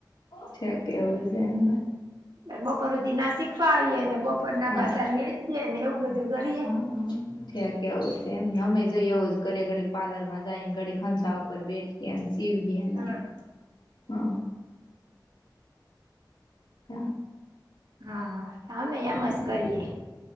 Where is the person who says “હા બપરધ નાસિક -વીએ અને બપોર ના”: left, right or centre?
Right